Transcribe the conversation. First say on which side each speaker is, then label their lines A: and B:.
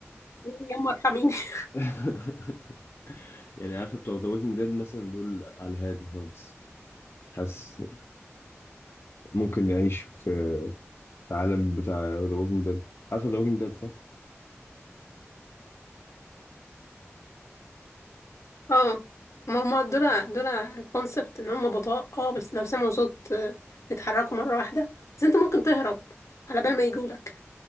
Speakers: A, on the left; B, on the left.
A: يما ارحميني <laughs>
B: <laughs> يعني عارفه بتوع ذا ووكينج ديد مثلا دول على الهادي خالص حاسس ممكن نعيش في العالم بتاع ذا ووكينج ديد عارفه ذا ووكينج ديد صح؟
A: اه ما هما دول دول كونسبت ان هم بطاء اه بس لو سمعوا صوت آه، بيتحركوا مرة واحدة بس انت ممكن تهرب على بال ما يجولك